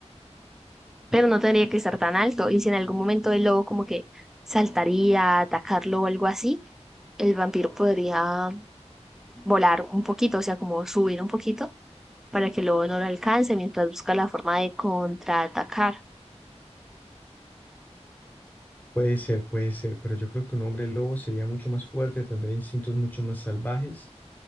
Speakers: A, in the centre; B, on the left.
A: pero no tendría que estar tan alto. Y si en algún momento el lobo como que saltaría a atacarlo o algo así, el vampiro podría volar un poquito, o sea, como subir un poquito para que el lobo no lo alcance mientras busca la forma de contraatacar.
B: Puede ser, puede ser, pero yo creo que un hombre lobo sería mucho más fuerte, tendría instintos mucho más salvajes,